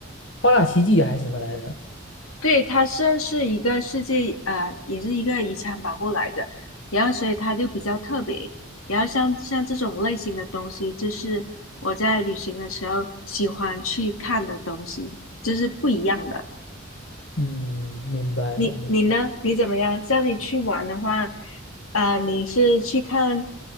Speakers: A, on the left (about 60°); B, on the left (about 80°).
A: 八大奇迹还是什么来着？
B: 对，它算是一个世界呃，也是一个遗产保护来的，然后所以它就比较特别。然后像像这种类型的东西，就是我在旅行的时候喜欢去看的东西，就是不一样的。
A: 嗯，明白了，
B: 你你呢？
A: 明白。
B: 你怎么样？像你去玩的话，啊、你是去看